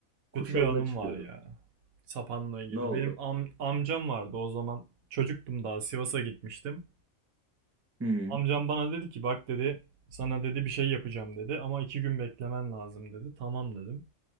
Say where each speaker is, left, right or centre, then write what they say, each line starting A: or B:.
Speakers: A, on the right; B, on the right.
A: Kuş
B: Kötü bir
A: avına
B: anım
A: çıkıyorduk.
B: var ya. Sapanla ilgili.
A: Ne oldu?
B: Benim am- amcam vardı o zaman. Çocuktum daha Sivas'a gitmiştim.
A: Hı
B: Amcam bana dedi ki bak dedi sana dedi bir şey yapacağım dedi ama iki gün beklemen lazım dedi. Tamam dedim.